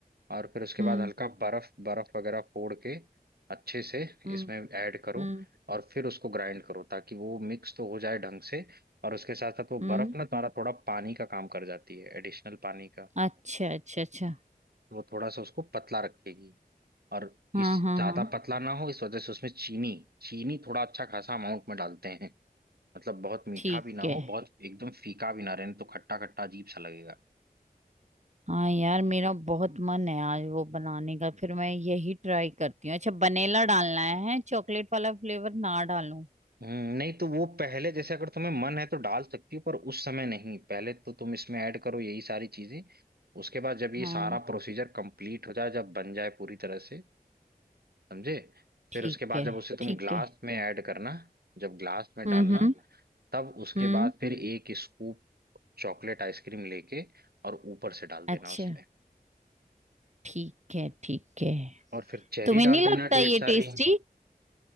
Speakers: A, on the right; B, on the right.
A: और फिर उसके
B: हम्म
A: बाद हल्का बर्फ बर्फ वगैरह फोड़ के अच्छे से
B: हम्म
A: इसमें ऐड करो
B: हम्म
A: और फिर उसको ग्राइंड करो ताकि वो मिक्स तो हो जाए ढंग से और उसके साथ साथ वो
B: हम्म
A: बर्फ ना तुम्हारा थोड़ा पानी का काम कर जाती है एडिशनल पानी का
B: अच्छा अच्छा अच्छा
A: तो वो थोड़ा सा उसको पतला रखेगी और
B: हाँ
A: इस
B: हाँ
A: ज्यादा
B: हाँ
A: पतला ना हो इस वजह से उसमें चीनी चीनी थोड़ा अच्छा खासा अमाउंट में डालते हैं मतलब बहुत मीठा
B: ठीक
A: भी ना
B: है
A: हो बहुत एकदम फीका भी ना रहे नहीं तो खट्टा खट्टा अजीब सा लगेगा
B: हाँ यार मेरा बहुत मन है आज वो बनाने का फिर मैं यही ट्राई करती हूँ अच्छा वनीला डालना है चॉकलेट वाला फ्लेवर ना डालूं
A: हम्म, नहीं तो वो पहले जैसे अगर तुम्हें मन है तो डाल सकती हो पर उस समय नहीं पहले तो तुम इसमें ऐड करो यही सारी चीजें उसके बाद जब ये
B: हाँ
A: सारा प्रोसीजर कंप्लीट हो जाए जब बन जाए पूरी तरह से समझे फिर
B: ठीक
A: उसके बाद
B: है
A: जब उसे अच्छा
B: ठीक
A: तुम ग्लास
B: है
A: में ऐड करना जब ग्लास में
B: हम्म
A: डालना
B: हम्म
A: तब उसके
B: हम्म
A: बाद फिर एक स्कूप चॉकलेट आइसक्रीम लेके और ऊपर से डाल देना
B: अच्छा
A: उसमें
B: ठीक है ठीक है
A: और फिर चेरी
B: तुम्हें
A: डाल
B: नहीं
A: देना
B: लगता
A: ढेर
B: ये
A: सारी
B: टेस्टी